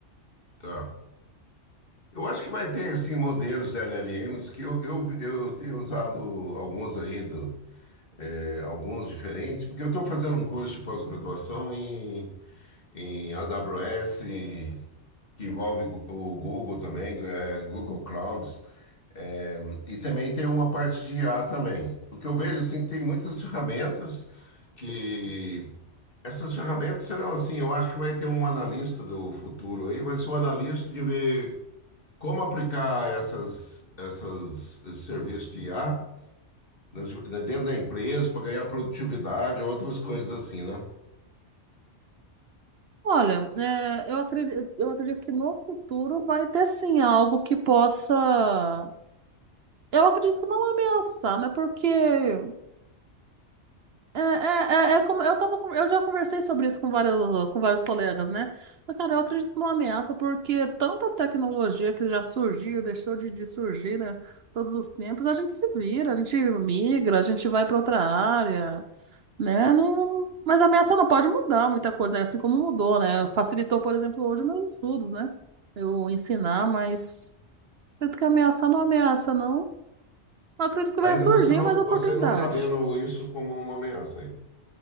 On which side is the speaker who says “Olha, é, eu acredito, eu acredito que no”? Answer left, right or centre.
Right